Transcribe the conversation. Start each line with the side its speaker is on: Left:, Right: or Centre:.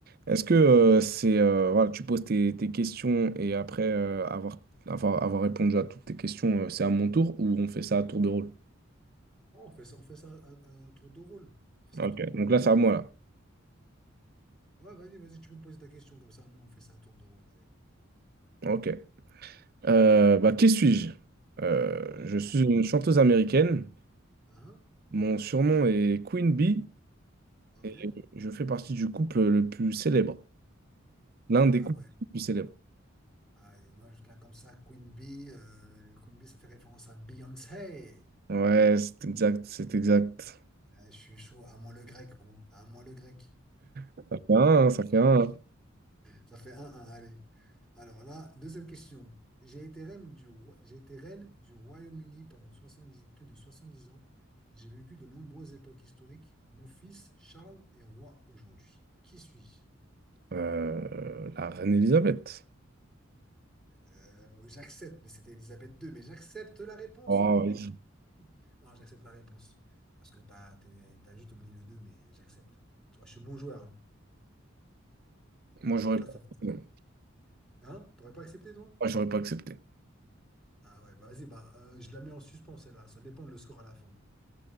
Right: est-ce que euh, c'est euh, voilà, tu poses tes, tes questions et après euh, avoir, avoir, avoir répondu à toutes tes questions, euh, c'est à mon tour ou on fait ça à tour de rôle?
Centre: Oh, on fait ça, on fait ça à- à un, tour de rôle. On fait ça
Right: Ok,
Centre: un tour de rôle,
Right: donc là,
Centre: hein.
Right: c'est à moi, là.
Centre: Ouais, vas-y, vas-y, tu peux me poser ta question, comme ça au moins on fait ça un tour de rôle. Allez.
Right: Ok. Euh, bah, qui suis-je? Euh, je suis
Centre: Allez.
Right: une chanteuse américaine.
Centre: Hein,
Right: Mon surnom est Queen Bee
Centre: hein,
Right: et
Centre: Ok.
Right: je fais partie du couple le plus célèbre. L'un des
Centre: Ah
Right: couples
Centre: ouais.
Right: les plus célèbres.
Centre: Ah, et moi, je là comme ça, Queen Bee, euh, Queen Bee, ça fait référence à Beyoncé.
Right: Ouais, c'est exact, c'est exact.
Centre: Et Là, je suis chaud, à moi le grec, gros. À moi le grec.
Right: Ça fait un, hein, ça fait un. hein.
Centre: Ça fait un un. allez. Alors là, deuxième question. J'ai été reine du, roi- j'ai été reine du Royaume-Uni pendant 70 plus de 70 ans. J'ai vécu de nombreuses époques historiques. Mon fils, Charles, est roi aujourd'hui. Qui suis-je?
Right: Euh, la reine Elisabeth.
Centre: Euh, j'accepte, mais c'était Elisabeth II, mais j'accepte la réponse.
Right: Oh,
Centre: Ding,
Right: oui.
Centre: ding, ding. Non, j'accepte la réponse. Parce que t'as, t'es- t'as juste oublié le 2, mais j'accepte. Tu vois, je suis bon joueur. hein.
Right: Moi, j'aurais
Centre: Donc là,
Right: pas...
Centre: ça fait ça.
Right: non.
Centre: Hein? T'aurais pas accepté, toi?
Right: Moi, j'aurais pas accepté.
Centre: Ah ouais, bah vas-y, bah, euh, je la mets en suspens, celle-là. Ça dépend de le score à la fin.